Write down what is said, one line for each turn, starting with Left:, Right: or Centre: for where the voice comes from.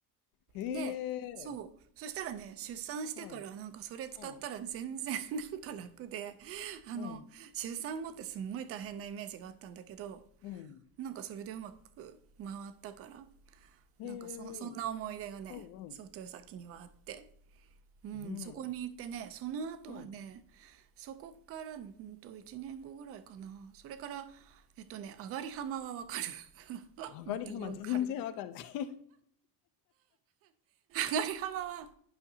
Left: へ
Right: で、そう。
Left: え。
Right: そしたらね、出産してからなんかそれ使ったら全然
Left: うん。うん。
Right: <laughs> なんか楽で、<laughs> あの、
Left: うん。
Right: 出産後ってすんごい大変なイメージがあったんだけど、
Left: うん。
Right: なんかそれでうまく回ったから、
Left: へえ。
Right: なんかそ、そんな思い出がね、
Left: うんうん。
Right: そう、豊崎にはあって。うん、
Left: うん。
Right: そこに行ってね、その後はね、
Left: うん。
Right: そこから、うんと、1年後ぐらいかな。それから、えっとね、上がり浜はわかる <laughs>
Left: 上がり幅全然わかんない
Right: またわかる。
Left: <laughs>
Right: 上がり浜は